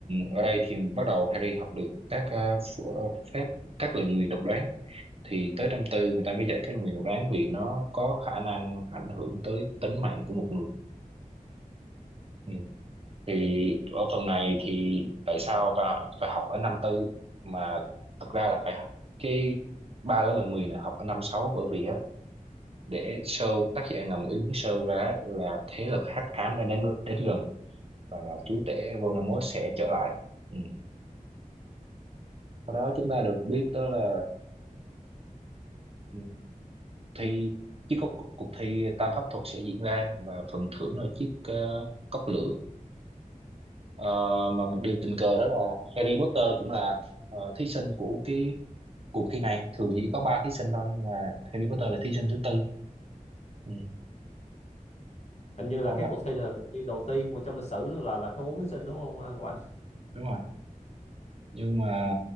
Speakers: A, on the right; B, on the left.
A: ở đây thì bắt đầu Harry học được các ờ, ph- ờ, phép các lời nguyền độc đoán thì tới năm tư người ta mới dạy các lời nguyền độc đoán vì nó có khả năng ảnh hưởng tới tính mạng của một người thì ở phần này thì tại sao bà phải học ở năm tư mà thật ra là phải học- cái ba đó là Nguyền là học ở năm sáu bởi vì á để show tác giả ngầm ý muốn show ra là thế lực hắc ám đang đến đến gần và là chúa tể Voldemort sẽ trở lại ừ. sau đó chúng ta được biết đó là ừ, thi chiếc cốc cuộc cuộc thi tam pháp thuật sẽ diễn ra và phần thưởng là chiếc ờ, cốc lửa Ờ, mà một điều tình cờ đó là Harry Potter cũng là ờ, thí sinh của cái cuộc thi này thường chỉ có ba thí sinh thôi nhưng mà Harry Potter là thí sinh thứ tư ừ,
B: hình như là
A: đâu
B: cái
A: đó
B: cuộc thi là cuộc thi đầu tiên mà trong lịch sử là là có bốn thí sinh đúng không Ngọc Anh
A: đúng rồi nhưng mà